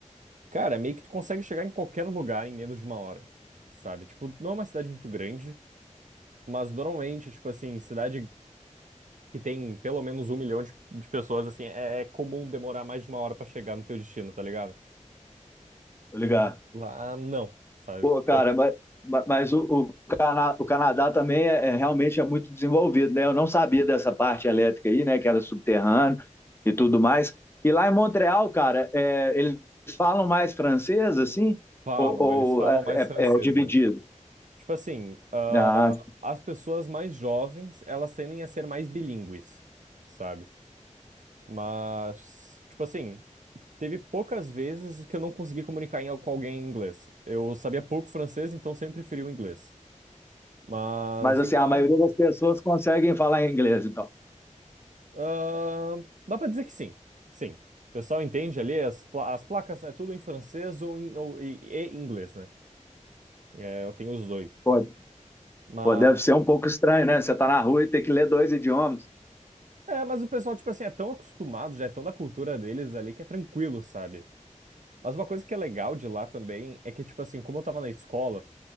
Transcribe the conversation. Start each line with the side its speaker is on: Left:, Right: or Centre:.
Right: Cara, meio que tu consegue chegar em qualquer lugar em menos de uma hora, sabe? Tipo, não é uma cidade muito grande, mas normalmente, tipo assim, cidade que tem pelo menos um milhão de, de pessoas, assim, é, é comum demorar mais de uma hora pra chegar no teu destino, tá ligado?
Left: Tô ligado.
Right: Lá, não, sabe?
Left: Pô, cara,
Right: Pô,
Left: mas, ma- mas o, o, Cana- o Canadá também é, é- realmente é muito desenvolvido, né? Eu não sabia dessa parte elétrica aí, né? Que era subterrâneo e tudo mais. E lá em Montreal, cara, é, eles falam mais francês, assim,
Right: falam,
Left: ou,
Right: eles falam
Left: ou é,
Right: mais
Left: é-
Right: francês
Left: é dividido?
Right: mesmo. Tipo assim, ah,
Left: Ah,
Right: as pessoas mais jovens, elas tendem a ser mais bilíngues, sabe? Mas, tipo assim, Teve poucas vezes que eu não consegui comunicar em- com alguém em inglês. Eu sabia pouco francês, então sempre preferi o inglês. Mas
Left: mas assim,
Right: igual.
Left: a maioria das pessoas conseguem falar inglês, então.
Right: ah, dá pra dizer que sim. Sim. O pessoal entende ali, as, pla- as placas é tudo em francês ou, em, ou e, e inglês, né? É, eu tenho os dois.
Left: Pô,
Right: Mas,
Left: pô, deve ser um pouco estranho, né? Você tá na rua e tem que ler dois idiomas.
Right: é, mas o pessoal, tipo assim, é tão acostumado, já é tão da cultura deles ali que é tranquilo, sabe? Mas uma coisa que é legal de lá também é que, tipo assim, como eu tava na escola.